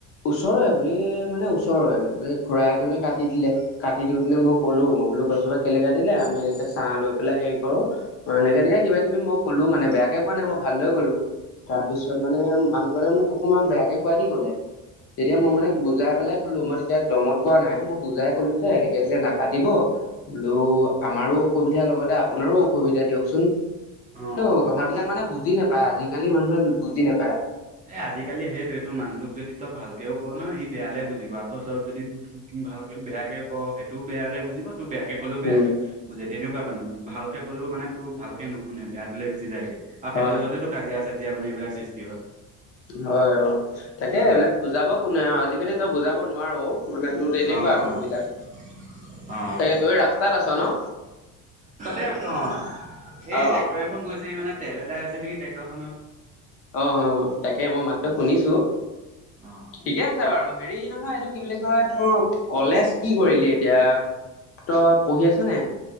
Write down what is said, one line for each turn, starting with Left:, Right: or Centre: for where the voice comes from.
Left: ওচৰৰে বুলি মানে ওচৰৰে। খুৰা এজনে
Right: অ',
Left: কাটি
Right: অ',
Left: দিলে। কাট কাটি দিওঁতেনে মই কলোঁ, মই বোলোঁ গজোপা কেলে কাতি দিলে, আমি এনেকৈ ছাৰহ লৈ পেলাই সেই ক, এনেকে এনেকে কিবা কিবি মই কলোঁ মানে বেয়াকে কোৱা নাই মই ভালকে কলোঁ তাৰ পিছত মানে মানুহজনে মোক অকমান বেয়াকে কোৱা দি ক'লে তেতিয়া
Right: অ',
Left: মই মানে বুজাই পেলাই কলোঁ মই তেতিয়া দমত কোৱা নাই। মই বুজাই কলোঁ যে এনেকে তেতিয়া নাকাতিব। বোলো, আমাৰো অসুবিধা লগতে আপোনাৰো অসুবিধা দিয়কচোন,
Right: অ',
Left: কিন্তু
Right: অ', অ'।
Left: কথাবিলাক মানে বুজি নাপ পাই আজিকালি মানুহে বুজি নাপায়।
Right: এ আজিকালি সেইটোৱেটো, মানুহটোক যদি তই ভালকেও কওঁ নহই সি বেয়ালে বুজিবা আকৌ সব যদি ভালকে, বেয়াকে কওক সেইটোও বেয়াকে বুজিব ত বেয়াকে ক'লেও বেয়াকে
Left: উম
Right: বুজে তেনেকুৱা মানুহ ভালকে ক'লেও মানে তোৰ ভালকে নুশুনে বেয়াতোলৈ গুচি যায়গে। আৰু
Left: হয়
Right: সেইটো যতেটো কাজিয়া কাজিয়া মানে এইবিলাক সৃষ্টি হয়।
Left: হয় অ'। তাকে
Right: অ
Left: এইবিলাক বুজাব কোনে আৰু আজিকালি তই বুজাব নোৱাৰ', মানে তোৰ তেনেকুৱা
Right: অ
Left: মানুহ বিলাক।
Right: <unintelligible> অ',
Left: সেয়া তই ৰাস্তাত আছ ন?
Right: <unintelligible> সেই
Left: অ
Right: ট্ৰেক্টৰ এখন গৈছে সেই মানে তেল এদাই হৈছে নেকি ট্ৰেক্টৰ খনৰ।
Left: অ', অ', তাকে মই মাতটো
Right: উম
Left: শুনিছো,
Right: অ অ
Left: ঠিকে আছে। বাৰু হেৰি নহয় এইটো কি বুলি কয় তোৰ কলেজ কি কৰিলি এতিয়া? তই পঢ়ি আছনে?